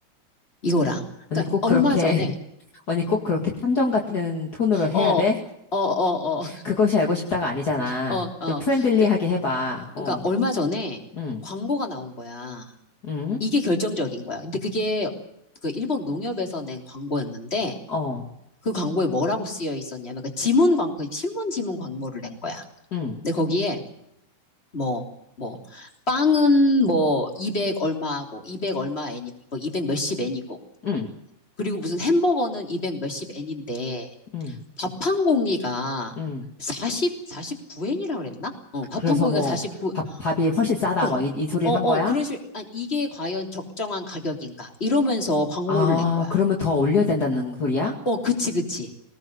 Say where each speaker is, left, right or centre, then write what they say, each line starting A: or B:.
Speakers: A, on the left; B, on the left.
A: 이거랑.
B: 언니
A: 그러니까
B: 꼭
A: 얼마
B: 그렇게,
A: 전에,
B: <laughs> 언니 꼭 그렇게 탐정 같은 톤으로 해야
A: 어,
B: 돼?
A: 어, 어, 어,
B: 그것이 알고 싶다가 아니잖아.
A: 어, 어.
B: 좀 프렌들리하게
A: 그,
B: 해봐.
A: 그러니까
B: 어,
A: 얼마 전에
B: 응,
A: 광고가 나온 거야.
B: 응,
A: 이게 결정적인 거야. 근데 그게 그 일본 농협에서 낸 광고였는데,
B: 어,
A: 그 광고에 뭐라고 쓰여 있었냐면, 그 지문 광, 그 신문 지문 광고를 낸 거야.
B: 응,
A: 근데 거기에 뭐, 뭐, 빵은 뭐, 200 얼마하고, 200 얼마 엔이고, 뭐, 200 몇십 엔이고,
B: 응,
A: 그리고 무슨 햄버거는 200 몇십 엔인데,
B: 응,
A: 밥 한 공기가
B: 응.
A: 40, 49엔이라 그랬나? 어, 밥
B: 그래서
A: 한 공기가
B: 뭐,
A: 49,
B: 밥, 밥이 훨씬 싸다.
A: 어, 어,
B: 막 이, 이 소리를
A: 어,
B: 한 거야?
A: 그런 식으로, 아, 이게 과연 적정한 가격인가? 이러면서 광고를
B: 아,
A: 낸 거야.
B: 그러면 더 올려야 된다는 소리야?
A: 어, 그치, 그치.